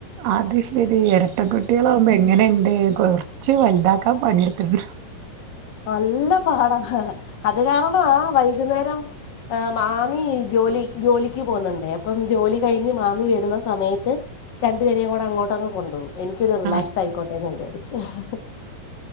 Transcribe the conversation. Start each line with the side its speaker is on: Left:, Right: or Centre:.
Right: അത്ശെരീ എരട്ട കുട്ടികളാകുമ്പോ എങ്ങനെയ്ണ്ട് കൊയ് ച്ചു വലുതാക്കാ പണിയെടുത്
Left: നല്ല പാടാ അത് കാരണം ആ വൈകുന്നേരം ഹ് മാമി ജോലി ജോലിക്ക് പോകുന്നുണ്ടേ അപ്പം ജോലി കഴിഞ്ഞ് മാമി വരുന്ന സമയത്ത് രണ്ടുപേരേും കൂടെ അങ്ങോട്ട് അങ്ങ് കൊണ്ടുപോകും എനിക്കൊരു റിലാക്‌സായിക്കോട്ടേന്ന്
Right: ആ
Left: വിചാരിച്ച് ഹി ഹി